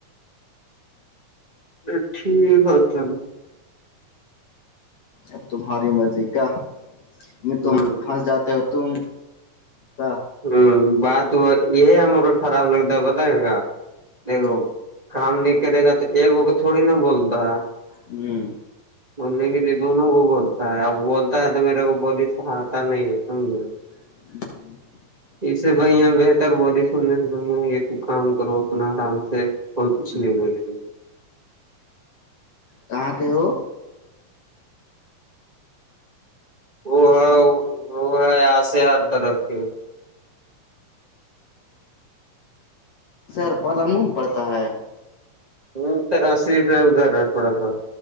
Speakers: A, on the right; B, on the left.
A: ا ٹھیک ہے تب
B: اب تمہاری مرضی کا میں
A: ہ
B: ت پھنس جاتے ہو تم ک
A: ہوں بات یہ ہم م کو خراب لگتا ہے پتا ہے گ دیکھو
B: ہ
A: کام نہیں کرے گا تو ایکگ کو تھوڑی نا بولتا
B: ہ
A: بولنے کے لیے دونوں کو بولتا ہے اب بولتا ہے تو میرے کو ب سہاتتا نہیں ہے سمجھو
B: ہ
A: اسے بھیا بہتر بلی سننے سے بھ یہ تو کام کرو اپنا آرام سے اور
B: ہ
A: کچھ نہیں ب لے
B: کہاں کہ ہو
A: وہ ہے وہ ہے آسے ہر طرف کے
B: ر پ م پڑتا ہے
A: ہ تو ا ہی ادہھرنا ہے تھوڑا سا